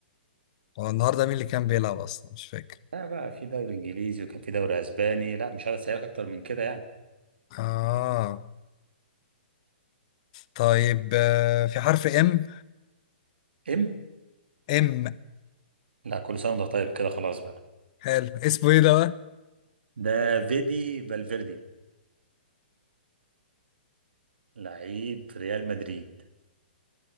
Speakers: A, on the left; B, on the right.
A: هو النهارده مين اللي كان بيلعب اصلا مش فاكر
B: لا بقى في دوري انجليزي وكان في دوري اسباني لا مش عايز اسالك اكتر من كده يعني
A: اه طيب آه، في حرف ام
B: ام
A: ام
B: لا كل سنه وانت طيب كده خلاص بقى
A: حلو اسمه ايه ده بقى
B: ده فيدي فالفيردي لعيب ريال مدريد